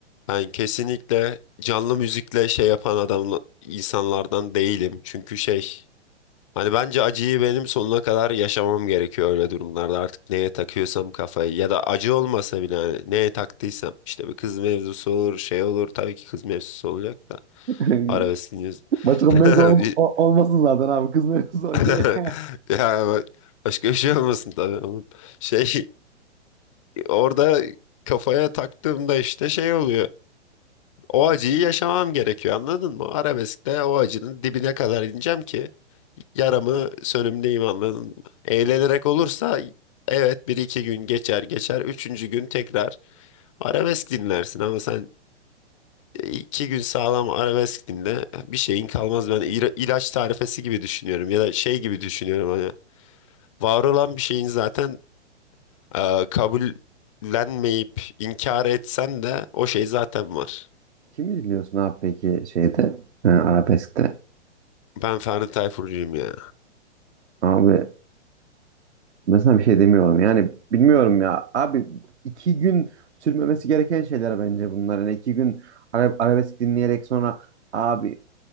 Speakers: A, on the left; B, on the right.
A: ben kesinlikle canlı müzikle şey yapan adam insanlardan değilim. Çünkü şey hani bence acıyı benim sonuna kadar yaşamam gerekiyor öyle durumlarda. Artık neye takıyorsam kafayı ya da acı olmasa bile hani neye taktıysam işte bir kız mevzusu olur şey olur tabii ki kız mevzusu olacak da
B: <laughs>
A: arabeskiniz.
B: Başka
A: <laughs>
B: mevzu ol- o- olmasın zaten abi. Kız mevzusu okey.
A: <laughs> Yani ba- başka bir şey olmasın tabii oğlum. Şey orada kafaya taktığımda işte şey oluyor. O acıyı yaşamam gerekiyor anladın mı? Arabeskte o acının dibine kadar ineceğim ki yaramı sönümleyeyim anladın mı? Eğlenerek olursa evet bir iki gün geçer geçer. Üçüncü gün tekrar arabesk dinlersin ama sen iki gün sağlam arabesk dinle bir şeyin kalmaz. Ben ila- ilaç tarifesi gibi düşünüyorum ya da şey gibi düşünüyorum hani. var olan bir şeyin zaten e, kabullenmeyip inkar etsen de o şey zaten var.
B: Kimi dinliyorsun abi peki şeyde e, arabeskte?
A: Ben Ferdi Tayfurcuyum ya.
B: Abi ben sana bir şey demiyorum yani bilmiyorum ya abi iki gün sürmemesi gereken şeyler bence bunlar yani iki gün ara- arabesk dinleyerek sonra abi